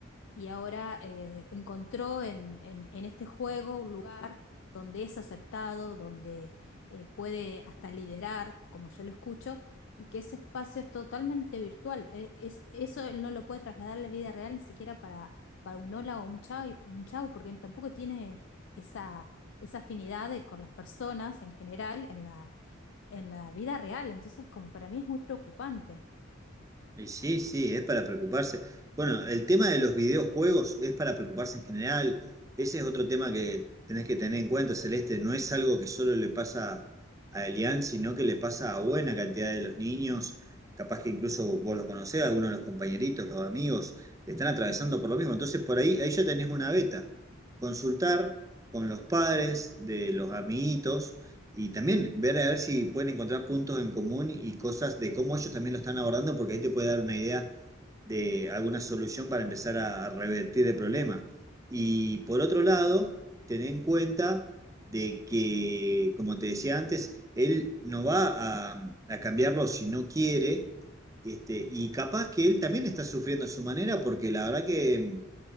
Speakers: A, on the left; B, on the right.
A: y ahora eh, encontró en, en- en este juego un lugar donde es aceptado, donde eh, puede hasta liderar, como yo lo escucho, y que ese espacio es totalmente virtual. Eh, es, eso él no lo puede trasladar a la vida real ni siquiera para, para un hola o un chao, y- un chau, porque tampoco tiene esa, esa afinidad de- con las personas en general en la, en la vida real. Entonces, como para mí es muy preocupante.
B: Y sí, sí, es para preocuparse. Bueno, el tema de los videojuegos es para preocuparse en general. Ese es otro tema que tenés que tener en cuenta, Celeste. No es algo que solo le pasa a Elian, sino que le pasa a buena cantidad de los niños. Capaz que incluso vos los conocés, algunos de los compañeritos, los amigos, están atravesando por lo mismo. Entonces, por ahí, ahí ya tenés una beta. Consultar con los padres de los amiguitos y también ver a ver si pueden encontrar puntos en común y cosas de cómo ellos también lo están abordando, porque ahí te puede dar una idea de alguna solución para empezar a, a revertir el problema. Y por otro lado, tener en cuenta de que, como te decía antes, él no va a, a cambiarlo si no quiere, este, y capaz que él también está sufriendo a su manera, porque la verdad que